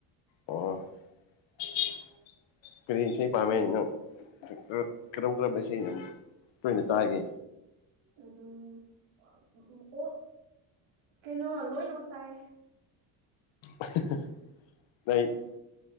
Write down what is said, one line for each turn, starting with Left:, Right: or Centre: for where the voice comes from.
Left: ꯑꯣ <unintelligible> ꯀꯔꯤ ꯏꯁꯩ ꯄꯥꯝꯃꯦ ꯅꯪ ꯑ ꯀꯔꯝ ꯀꯔꯝꯕ ꯏꯁꯩꯅ ꯇꯣꯏꯅ ꯇꯥꯒꯦ
Right: ꯑꯗꯨꯝ ꯑ ꯑꯣ ꯀꯩꯅꯣ ꯂꯣꯏꯅꯃꯛ ꯇꯥꯏꯌꯦ
Left: <unintelligible>